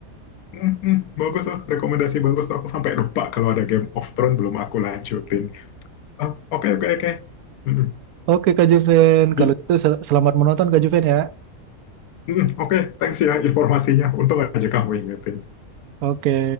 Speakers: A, on the left; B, on the right.
A: Mm-mm, bagus tuh, rekomendasi bagus tuh. Aku sampai lupa kalau ada Game of Thrones belum aku lanjutin. Ah, oke oke oke. Mm-mm.
B: Oke Kak Juven,
A: Di-
B: kalau gitu sel- selamat menonton Kak Juven ya.
A: mm-mm, oke, thanks ya informasinya. Untung aja kamu ingetin.
B: Oke.